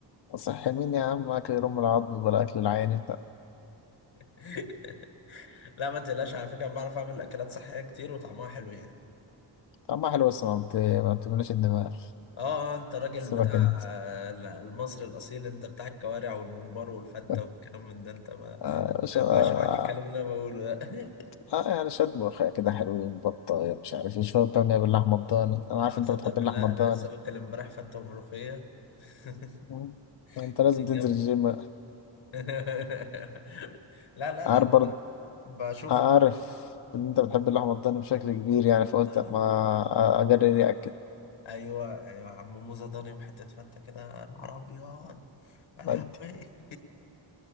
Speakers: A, on the left; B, on the left.
A: صحي مين يا عم اكل يرم العظم ولا اكل العيان انت
B: <laughs> لا ما تقلقش على فكره أنا بعرف اعمل اكلات صحيه كتير وطعمها حلو يعني.
A: طعمها حلو بس ما بت... ما بتملاش الدماغ
B: اه آه، انت راجل
A: سيبك
B: بتاع
A: انت
B: آه، المصري الاصيل انت بتاع الكوارع والممبار والفته
A: <laughs>
B: والكلام من ده انت ما
A: آه مش
B: ما
A: آه
B: ينفعش معاك الكلام اللي انا بقوله ده <laughs>
A: آه، يعني شوية ملوخية كده حلوين بطة مش عارف ايه شوية بامية باللحمة الضاني انا عارف
B: او تصدق
A: انت بتحب
B: بالله
A: اللحمة الضاني
B: انا لسه واكل امبارح فته وملوخيه <laughs>
A: مم. انت لازم
B: كانت
A: تنزل
B: جامده
A: الجيم
B: <laughs> لا لا لا
A: <laughs> عارف برضه
B: بشوف
A: عارف ان انت بتحب اللحمه الضاني بشكل كبير يعني فقلت
B: آه،
A: اما اجرب اكل
B: ايوه ايوه عم موزه ضاني وحته فته كده نهار ابيض يا لهوي
A: انت